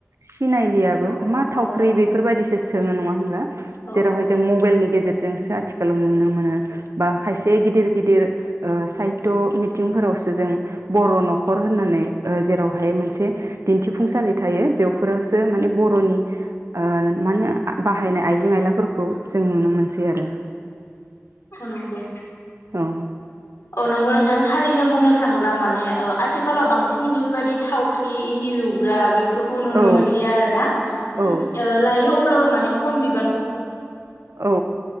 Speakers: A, on the right; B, on the left.
A: सिनायलियाबो
B: औ
A: मा
B: औ
A: थावख्रि
B: औ
A: बे <unintelligible> सोङो नङा होनब्ला
B: औ
A: जेरावहय जों मबाइलनि गेजेरजोंसो आथिखालाव नुनो मोनो बा खायसे गिदिर गिदिर ओ साहित्य' मिथिंफोरावसो जों बर' न'खर होननानै ओ जेरावहाय मोनसे दिनथिफुंसालि थायो बेयावफोरसो माने बर'नि ओ मानो बाहायनाय आइजें आयलाफोरखौ जों नुनो मोनसै आरो
B: अ नंगौ
A: औ
B: औ नंगौ नोंथां थारैनो बुंनो थांब्ला माने ओ आथिखालाव बांसिन बेफोरबायदि थावख्रि इनदि लुग्रा बेफोरखौ नुनो
A: औ
B: मोनलिया आरो ना
A: औ
B: ओ लायो अब्लाबो माने खम बि
A: औ